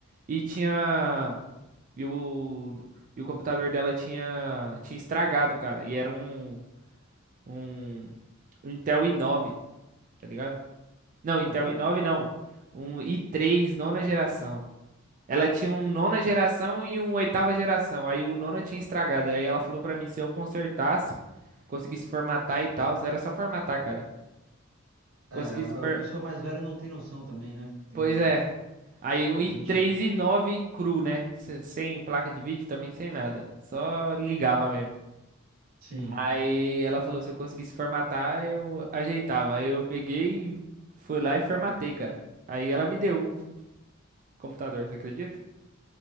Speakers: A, on the right; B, on the right.
A: e tinha e o, e o computador dela tinha tinha estragado, cara. E era um um Intel i9, tá ligado? Não, Intel
B: Ó.
A: i9 não. Um i3 nona geração. Ela tinha um nona geração e um oitava geração. Aí o nono tinha estragado. Aí ela falou pra mim se eu consertasse, conseguisse formatar e tal. Era só formatar, cara. Conseguisse.
B: É,
A: per-
B: a pessoa mais velha não tem noção também, né? Tem.
A: Pois é. Aí um
B: A
A: i3
B: gente.
A: e 9 cru, né? Se- Sem placa de vídeo também, sem nada. Só ligava mesmo.
B: Sim.
A: Aí ela falou se eu conseguisse formatar, eu ajeitava. Aí eu peguei, e fui lá e formatei, cara. Aí ela me deu o computador, você acredita?